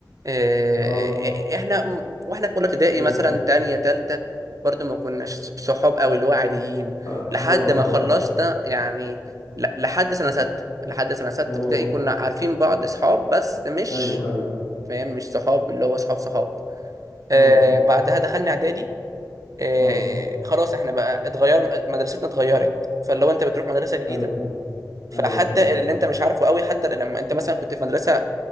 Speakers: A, on the right; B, on the left.
A: أه
B: اه
A: احنا م- واحنا في اولى ابتدائي
B: امم
A: مثلا تانية تالتة برضو ما كناش صحاب قوي اللي هو عاديين
B: اه
A: لحد
B: اه
A: ما
B: اه
A: خلصنا يعني ل- لحد سنه سته لحد سنه سته
B: تمام
A: ابتدائي كنا عارفين بعض صحاب بس مش
B: ايوه ايوه
A: فاهم مش صحاب اللي هو صحاب صحاب أه
B: اه
A: بعدها دخلنا اعدادي آه،
B: اه
A: خلاص احنا بقى اتغير مدرستنا اتغيرت فلو انت بتروح مدرسه جديده
B: ايوه
A: فحتى
B: ايوه ايوه
A: اللي انت مش عارفه قوي حتى لما انت مثلا كنت في مدرسه